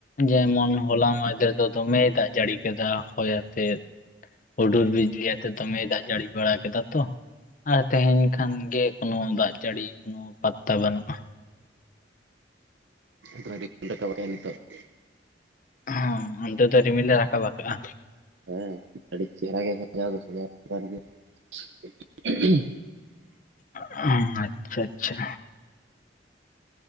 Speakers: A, on the left; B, on the right.
A: ᱡᱮᱢᱚᱱ ᱦᱚᱞᱟ ᱢᱟᱭᱫᱮᱨ ᱫᱚ ᱫᱚᱢᱮᱭ ᱫᱟᱜ ᱡᱟᱹᱲᱤ ᱠᱮᱫᱟ ᱦᱚᱭ ᱟᱛᱮ ᱦᱩᱰᱩᱨ ᱵᱤᱡᱽᱞᱤ ᱟᱛᱮ ᱫᱚᱢᱮ ᱫᱟᱜ ᱡᱟᱹᱲᱤ ᱵᱟᱲᱟ ᱠᱮᱫᱟ ᱛᱚ ᱟᱨ ᱛᱮᱦᱮᱧ ᱠᱷᱟᱱ ᱜᱮ ᱠᱳᱱᱚ ᱫᱟᱜ ᱡᱟᱹᱲᱤ ᱠᱳᱱᱳ ᱯᱟ ᱟ ᱵᱟᱹᱱᱩᱜᱼᱟ
B: ᱠᱟᱟᱱᱤᱛ <unintelligible>
A: ᱦᱚᱸ ᱚᱱᱛᱮ ᱫᱚ ᱨᱤᱢᱤᱞ ᱞᱮ ᱨᱟᱠᱟᱵ ᱟᱠᱟᱜᱼᱟ
B: ᱦᱮᱸ ᱟᱹᱰᱤ ᱪᱮᱦᱨᱟ ᱜᱮ <unintelligible>
A: ᱚ ᱟᱪᱪᱷᱟ ᱟᱪᱪᱷᱟ